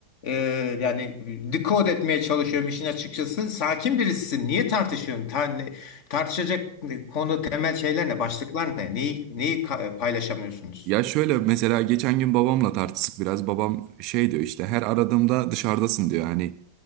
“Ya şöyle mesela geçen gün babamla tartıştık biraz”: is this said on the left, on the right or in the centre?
Right